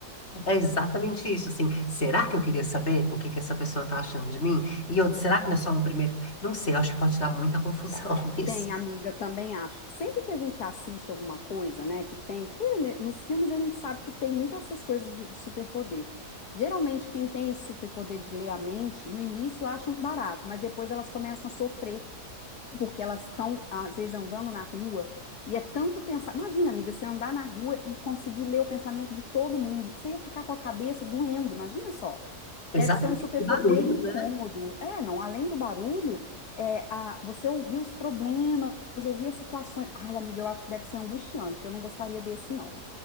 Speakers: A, on the left (about 40°); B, on the left (about 70°).
A: É exatamente isso, assim. Será que eu queria saber o que que essa pessoa tá achando de mim? E outro, será que não é só um primeiro? Não sei, acho que pode dar muita confusão <laughs>
B: Bem,
A: isso.
B: amiga, também acho. Sempre que a gente assiste alguma coisa, né, que tem, porque né, nos filmes a gente sabe que tem muitas essas coisas de de superpoder. Geralmente quem tem esse superpoder de ler a mente, no início acham barato, mas depois elas começam a sofrer porque elas estão, às vezes, andando na rua e é tanto pensar. Imagina, amiga, você andar na rua e conseguir ler o pensamento de todo mundo. Você ia ficar com a cabeça doendo, imagina só.
A: Exatamente.
B: Deve ser um superpoder
A: Que barulho,
B: incômodo.
A: né?
B: É, não, além do barulho, é, a, você ouvir os problemas, ouvir as situações. Ai, amiga, eu acho que deve ser angustiante. Eu não gostaria desse, não.